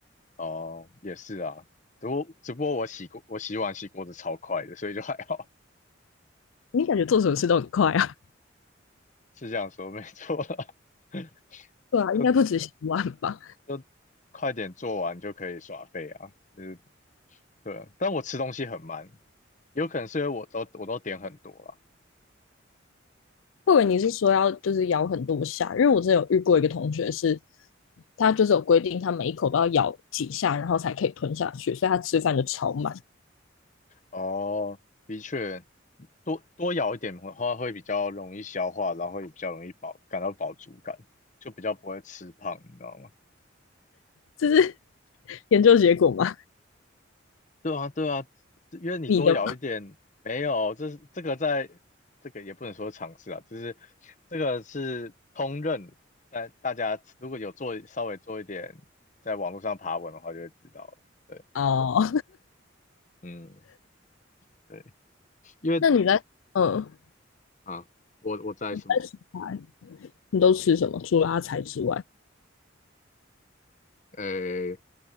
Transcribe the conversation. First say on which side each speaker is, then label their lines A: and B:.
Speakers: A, on the left; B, on the left.
A: 哦，也是啊，只不过只不过我洗锅我洗碗洗锅子超快的，所以就还好，
B: 你感觉做什么事都很快啊？
A: 是这样说没错啦。<laughs>
B: <laughs> 对啊，
A: 就
B: 应该不止洗碗吧？
A: 就快点做完就可以耍废啊，就是对，但我吃东西很慢，有可能是因为我都我都点很多啦。
B: 或者你是说要就是咬很多下？因为我之前有遇过一个同学是，他就是有规定，他每一口都要咬几下，然后才可以吞下去，所以他吃饭就超慢。
A: 哦，的确，多多咬一点的话会比较容易消化，然后也比较容易饱，感到饱足感，就比较不会吃胖，你知道吗？
B: 这是 <laughs> 研究结果吗？
A: 对啊，对啊，因为你多咬一点，
B: 你的
A: 没有，这是这个在这个也不能说尝试啊，就是这个是通认的但大家如果有做稍微做一点在网络上爬文的话，就会知道了。对，
B: 哦，
A: 嗯，对。
B: <laughs>
A: 因为
B: 那你在嗯，
A: 啊，我我在什么？
B: 在洗块，你都吃什么？除了阿财之外，
A: 呃，